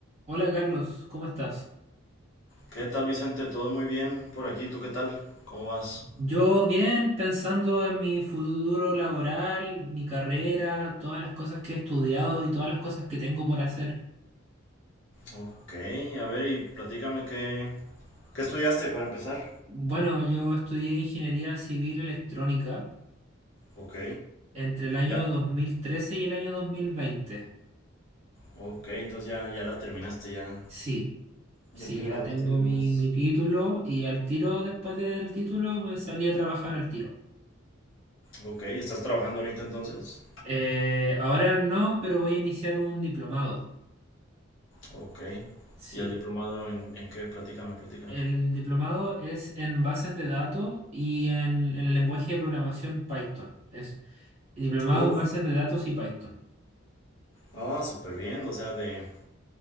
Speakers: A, on the right; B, on the left.
A: Hola Carlos, ¿cómo estás?
B: ¿Qué tal, Vicente? ¿Todo muy bien por aquí? ¿Tú qué tal? ¿Cómo vas?
A: Yo bien, pensando en mi futuro laboral, mi carrera, todas las cosas que he estudiado y todas las cosas que tengo por hacer.
B: Ok, a ver y platícame qué, qué estudiaste para empezar.
A: Bueno, yo estudié ingeniería civil electrónica
B: Ok,
A: entre el año
B: ya.
A: 2013 y el año 2020.
B: Ok, entonces ya, ya la terminaste, ya.
A: Sí,
B: Ya
A: sí,
B: te graduaste
A: ya tengo
B: y
A: mi,
B: demás.
A: mi título y al tiro, después del título, me salí a trabajar al tiro.
B: Ok, ¿estás trabajando ahorita entonces?
A: Eh, ahora no, pero voy a iniciar un diplomado.
B: Ok.
A: Sí.
B: ¿Y el diplomado en, en qué? Platícame, platícame.
A: El diplomado es en bases de datos y en, en el lenguaje de programación Python. Es diplomado
B: Uf,
A: en bases de datos y Python.
B: ah, súper bien, o sea, de...